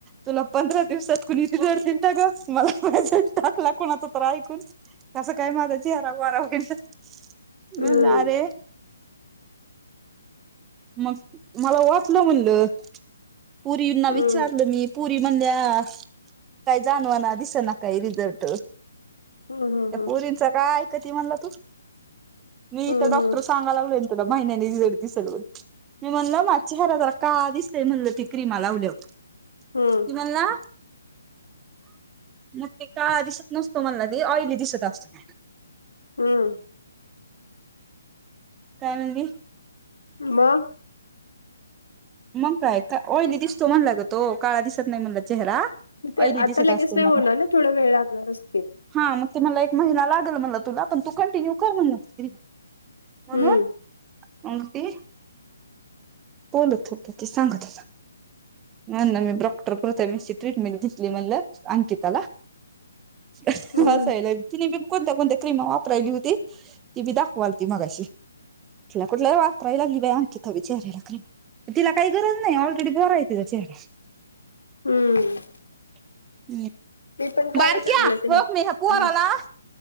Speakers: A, on the right; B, on the left.
A: तुला पंधरा दिवसात कुणी रिझल्ट ग, मला टाकला कोणाचा तर ऐकून. कसं काय माझा चेहरा वगैल म्हणलं
B: हम्म
A: अरे मग मला वाटलं म्हणलं परींना
B: हम्म
A: विचारलं मी पुरी म्हणल्या काय जाणवाना दिसना काही रिझल्ट
B: हम्म हम्म
A: त्या प पुरींच काय ऐकती म्हणला तू मी
B: हम्म
A: इथ डॉक्टर सांगाला लागलोय महिन्यानीडती सलव <unintelligible> <unintelligible> मी म्हणलं माझच्या हर जरा का दिसतेय म्हणलं ती क्रीमा लावल्यावर
B: हम
A: नला मग ते का दिसत नसतो म्हटला ते ऑली दिसत असतो.
B: हम
A: काय म्हणली?
B: मग
A: मग काय का ऑइली दिसतो म्हणला ग तो काळा दिसत नाही म्हनला चेहरा
B: ते
A: ऑइली दिसत
B: आता लगेच
A: असतो
B: नाही
A: मला
B: होणार ना थोडा वेळ लागणारच
A: हा मग ते मला एक महिना लागल मला तुला पण तू कंटिन्यू कर म्ह न
B: हम्म
A: म्हणून. अंगठी बोलत होते ते सांगत तिला नाही ना मी डॉक्टर प्रथमेश ट्रीटमेंट देतली म्हणलं अंकिताला हसायला
B: हम्म
A: येते तीली कणी. कोणत्या, कोणत्या क्रीम वापराय होती ती मी दाखवाल ती त मगाशी कुठलातरी वापरायला लागली बाई अंकिता ला विचारा हीला तिला काही गरज नाही ऑलरेडी गोरा आहे तिचा चेहरा
B: हम्म
A: <inaudible>
B: मी पण कालच
A: बारक्या
B: आणलं ते हम्म.
A: होकन पोराला